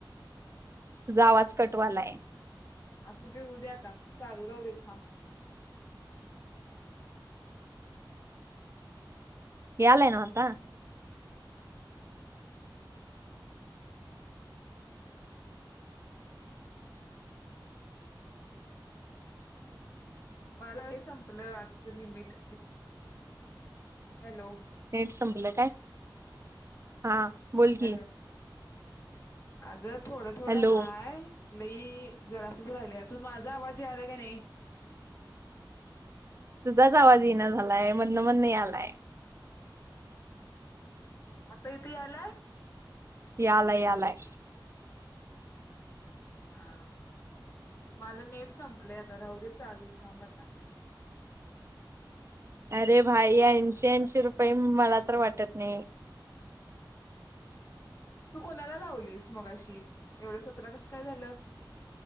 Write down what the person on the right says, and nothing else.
तुझा आवाज कट व्हालाय.
यायलय नव्ह आता
नेट संपलं काय? हा बोल
की
हॅलो
तुझाच आवाज येईना झालाय, मधनं मधन यायलाय.
यालाय यालाय.
अरे भााई एकशेऐशी रुपये मला वाटत नाही